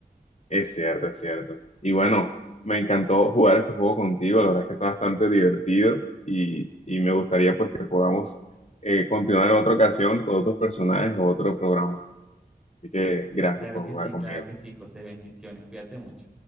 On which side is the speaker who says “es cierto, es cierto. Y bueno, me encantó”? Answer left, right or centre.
Left